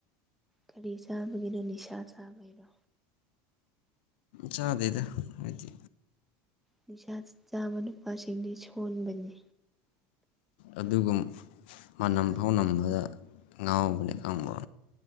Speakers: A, in the centre; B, on the left.
A: ꯀꯔꯤ ꯆꯥꯕꯒꯤꯅꯣ ꯅꯤꯁꯥ ꯆꯥꯕꯩꯔꯣ
B: ꯆꯗꯦꯗ ꯍꯥꯏꯗꯤ
A: ꯅꯤꯁꯥ ꯆꯥꯕ ꯅꯨꯄꯥꯁꯤꯡꯗꯤ ꯁꯣꯟꯕꯅꯦ
B: ꯑꯗꯨꯒꯨꯝ ꯃꯅꯝ
A: ꯌꯥꯗꯕꯅꯤ
B: ꯐꯥꯎ ꯅꯝꯕꯗ ꯉꯥꯎꯕꯅꯦ ꯈꯪꯕ꯭ꯔꯣ